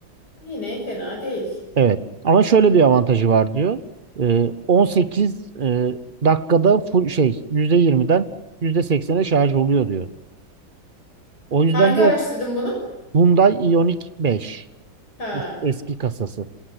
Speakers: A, on the left; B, on the right.
A: Yine fena değil.
B: Evet. Ama şöyle bir avantajı var diyor. Ee, 18 e, dakikada full şey %20'den %80'e şarj oluyor diyor. O yüzden
A: Hangi
B: diyor
A: araç dedim bunu?
B: Hyundai Ioniq 5
A: Ha.
B: eski kasası.